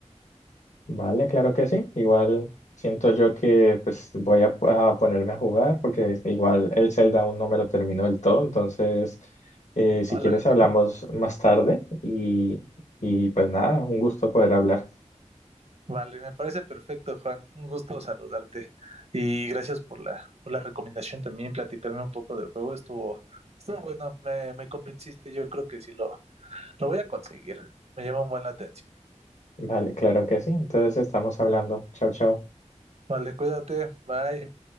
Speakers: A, on the left; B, on the right.
A: Vale, claro que sí. Igual siento yo que pues voy a, a ponerme a jugar porque este, igual el Zelda aún no me lo terminó del todo. Entonces, eh, si
B: Hola,
A: quieres hablamos más tarde y, y pues nada, un gusto poder hablar.
B: Vale, me parece perfecto, Juan. Un gusto saludarte. Y gracias por la, por la recomendación también, platicarme un poco del juego. Estuvo, estuvo bueno, me, me convenciste. Yo creo que sí lo, lo voy a conseguir. Me llama un buen la atención.
A: Vale, claro que sí. Entonces estamos hablando. Chao, chao.
B: Vale, cuídate. Bye.